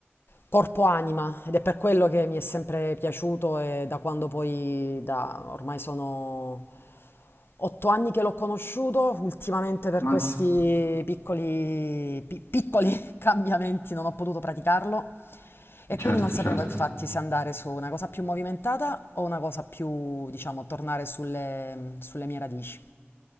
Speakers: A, on the left; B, on the left.
A: corpo-anima. Ed è per quello che mi è sempre piaciuto e da quando poi, da, ormai sono otto anni che l'ho conosciuto, ultimamente per
B: mazza,
A: questi piccoli, pi- piccoli cambiamenti non ho potuto praticarlo e
B: certo,
A: quindi non sapevo
B: certo.
A: infatti se andare su una cosa più movimentata o una cosa più, diciamo, tornare sulle, sulle mie radici.